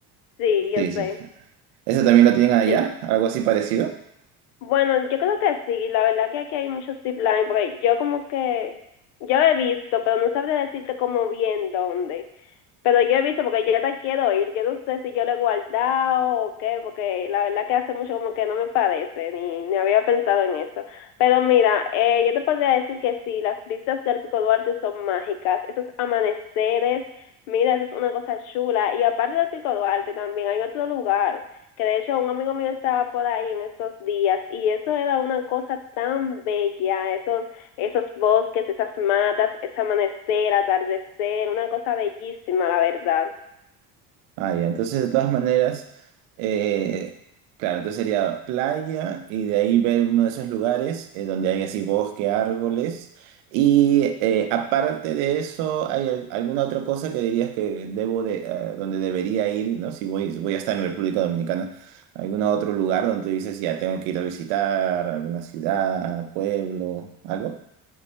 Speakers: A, on the left; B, on the right.
A: sí, yo
B: Sí, sí,
A: sé.
B: ¿Eso también lo tienen allá?
A: sí.
B: ¿Algo así parecido?
A: Bueno, yo creo que sí, la verdad que aquí hay muchos zip line, porque yo como que, yo he visto, pero no sabría decirte como bien dónde. Pero yo he visto, porque yo ya te quiero ir, yo no sé si yo lo he guardado o qué, porque la verdad que hace mucho como que no me parece, ni, ni había pensado en eso. Pero mira, eh, yo te podría decir que sí, las vistas del Pico Duarte son mágicas, esos amaneceres, mira, eso es una cosa chula. Y aparte del Pico Duarte también hay otro lugar, que de hecho un amigo mío estaba por ahí en estos días, y eso era una cosa tan bella, esos esos bosques, esas matas, ese amanecer, atardecer, una cosa bellísima, la verdad.
B: Ah, ya. Entonces, de todas maneras, eh, claro, entonces sería playa y de ahí ver uno de esos lugares eh, donde hay así bosque, árboles. Y eh, aparte de eso, ¿hay al- alguna otra cosa que dirías que debo de, eh, donde debería ir, ¿no? Si voy, si voy a estar en República Dominicana, ¿algún otro lugar donde dices, ya tengo que ir a visitar alguna ciudad, pueblo, algo?